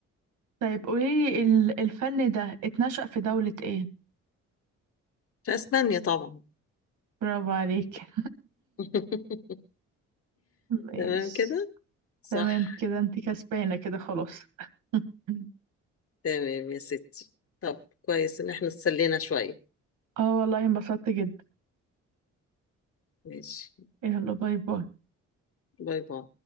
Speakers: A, on the right; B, on the left.
A: طيب قوليلي ال- الفن ده اتنشأ في دولة ايه؟
B: في أسبانيا طبعا
A: برافو عليك <laughs>
B: <laughs>
A: ماشي
B: تمام كده صح
A: تمام كده انت كسبانة كده خلاص <laughs>
B: تمام يا ستي طب كويس إن إحنا اتسلينا شوية
A: اه والله انبسطت جدا
B: ماشي
A: يلا باي باي
B: باي باي